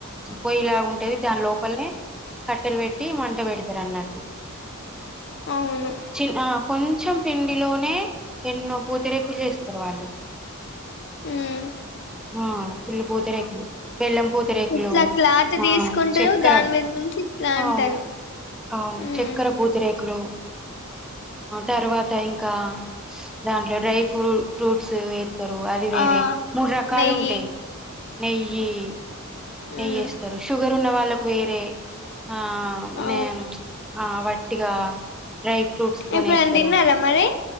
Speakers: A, in the centre; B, on the left.
A: పయ్యిలా ఉంటేది దాని లోపలనే కట్టెలు పెట్టి మంట పెడతారు అన్నట్లు
B: అవును
A: చి కొ కొంచెం పిండిలోనే ఎన్నో పూతిరేకులు చేసుకోవాలో
B: ఉమ్
A: ఆ ఫుల్ పూతరేకులు బెల్లం పూతరేకులు
B: ఇట్లా క్లాత్
A: ఆ
B: తీసుకుంటారు
A: చక్కెర
B: దాని మీద నుంచి ఇట్లా అంటారు
A: అవును అవును
B: ఉమ్
A: చక్కెర పూతరేకులు తర్వాత ఇంకా దాంట్లో డ్రై ఫ్రూ ఫ్రూట్స్ ఎత్తారు అది వేరే
B: ఆ
A: మూడు రకాలు
B: నెయ్యి
A: ఉంటాయి నెయ్యి నెయ్యి
B: ఉమ్
A: ఏస్తారు షుగర్ ఉన్న వాళ్ళకు వేరే ఆ
B: ఆ
A: నేను ఆ వట్టిగా డ్రై ఫ్రూట్స్ తో
B: ఎప్పుడైనా
A: నేస్తరు
B: తిన్నారా మరి